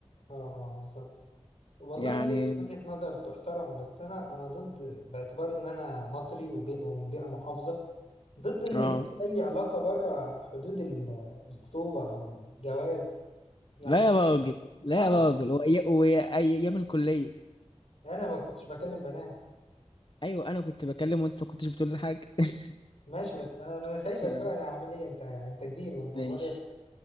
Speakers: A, on the left; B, on the left.
A: اه اه بالظبط والله
B: يعني
A: دي وجهة نظر تحترم بس انا انا ضد باعتبار ان انا مصري وبي- ومن بيئة محافظة ضد ان
B: اه
A: يبقى في اي علاقة بره حدود ال- الخطوبة او الجواز يعني
B: لا يا راجل لا
A: اه
B: يا راجل وأي- وأي- ايام الكلية
A: انا ما كنتش بكلم بنات
B: ايوه انا كنت بكلم وانت ما كنتش بتقول لي حاجة <laughs>
A: ماشي بس انا انا سايبك
B: بس آه،
A: بقى انا هعمل ايه انت انت كبير وانت
B: ماشي
A: صغير